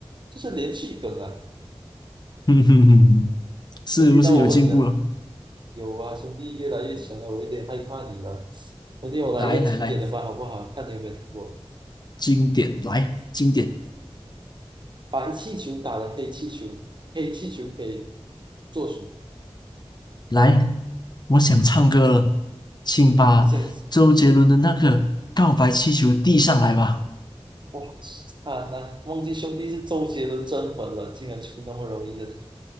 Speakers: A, on the right; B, on the left.
A: 这是连续梗啊。
B: 哼哼哼，是不是有进步了？
A: 兄弟，到我问你了，有啊，兄弟越来越强了，我有点害怕你了。兄弟，我来一个经典的吧，
B: 来来来，
A: 好不好？看你有没有听过。
B: 经典来经典
A: 白气球打了黑气球，黑气球可以做什么？
B: 来，我想唱歌了，请把周杰伦的那个《告白气球》递上来吧。
A: 你想，哇，啊，那忘记兄弟是周杰伦真粉了，竟然出那么容易的题。